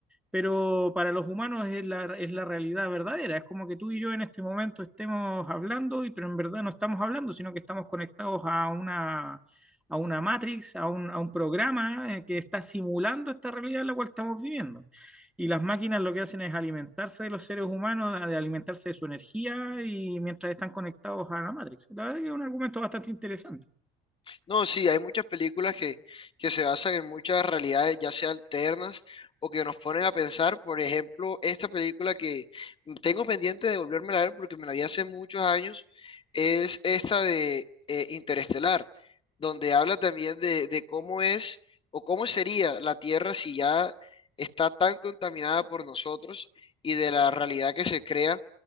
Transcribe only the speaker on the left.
No, sí, hay muchas películas que, que se basan en muchas realidades, ya sea alternas o que nos ponen a pensar. Por ejemplo, esta película que tengo pendiente de volverme a ver porque me la vi hace muchos años, es esta de eh, Interestelar, donde habla también de, de cómo es o cómo sería la Tierra si ya está tan contaminada por nosotros y de la realidad que se crea